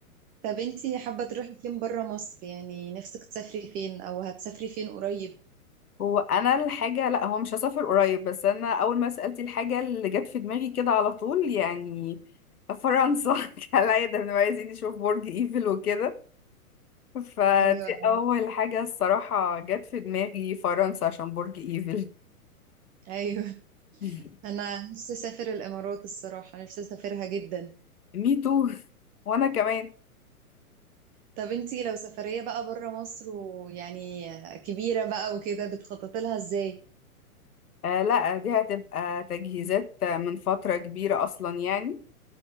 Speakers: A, on the right; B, on the left.
A: طب انت حابه تروحي فين بره مصر يعني نفسك تسافري فين او هتسافري فين قريب
B: هو أنا الحاجة لا هو مش هسافر قريب بس أنا أول ما سألتي الحاجة اللي جت في دماغي كده على طول يعني فرنسا <laughs> كالعادة بنبقى عايزين نشوف برج إيفل وكده فدي
A: ايوه فعلا.
B: أول حاجة الصراحة جت في دماغي فرنسا عشان برج إيفل
A: ايوه
B: <laughs>
A: انا نفسي اسافر الامارات الصراحه نفسي اسافرها جدا
B: مي تو وانا كمان
A: طب انت لو سفريه بقى بره مصر ويعني كبيره بقى وكده بتخططي لها ازاي
B: آه لا دي هتبقى تجهيزات من فترة كبيرة اصلا يعني